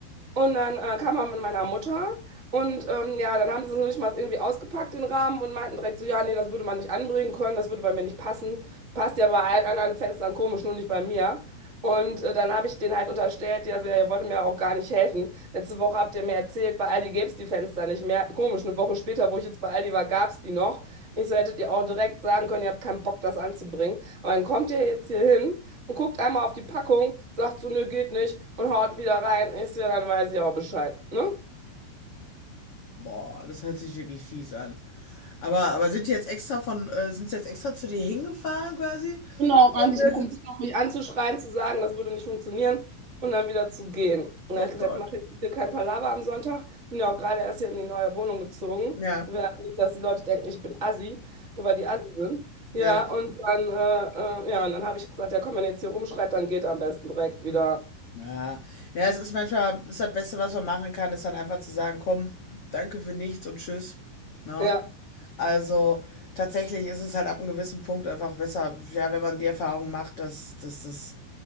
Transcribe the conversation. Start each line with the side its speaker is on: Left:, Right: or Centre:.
Right: Und dann äh, kam er mit meiner Mutter und ähm, ja, dann haben sie es noch nicht mal irgendwie ausgepackt, den Rahmen, und meinten direkt so, ja, nee, das würde man nicht anbringen können, das würde bei mir nicht passen. Das passt ja bei allen anderen Fenstern komisch, nur nicht bei mir. Und äh, dann habe ich denen halt unterstellt, ja, so, ja, ihr wollt mir auch gar nicht helfen. Letzte Woche habt ihr mir erzählt, bei Aldi gäbe es die Fenster nicht mehr. Komisch, eine Woche später, wo ich jetzt bei Aldi war, gab es die noch. Ich so, hättet ihr auch direkt sagen können, ihr habt keinen Bock, das anzubringen. Aber dann kommt ihr jetzt hier hin und guckt einmal auf die Packung, sagt so, nö, geht nicht und haut wieder rein. Ich so, ja, dann weiß ich auch Bescheid, ne?
Left: Boah, das hört sich wirklich fies an. Aber, aber sind die jetzt extra von, äh, sind sie jetzt extra zu dir hingefahren quasi?
Right: Genau, eigentlich
Left: Und der
Right: im Prinzip.
Left: sitzt.
Right: Noch mich anzuschreien, zu sagen, das würde nicht funktionieren und dann wieder zu gehen. Und dann
Left: Oh
Right: habe ich gesagt,
Left: Gott.
Right: jetzt macht jetzt hier kein Palaver am Sonntag. Ich bin ja auch gerade erst hier in die neue Wohnung gezogen.
Left: Ja,
Right: Wir, nicht, dass die Leute denken, ich bin Assi, nur weil die Assi sind. Ja,
Left: ja.
Right: und dann, äh, äh, ja, und dann habe ich gesagt, ja komm, wenn ihr jetzt hier rumschreit, dann geht am besten direkt
Left: Hm.
Right: wieder.
Left: Ja. Ja, es ist manchmal, ist das Beste, was man machen kann, ist dann einfach zu sagen, komm, danke für nichts und tschüss. Na?
Right: Ja.
Left: Also tatsächlich ist es halt ab einem gewissen Punkt einfach besser, ja, wenn man die Erfahrung macht, dass, dass das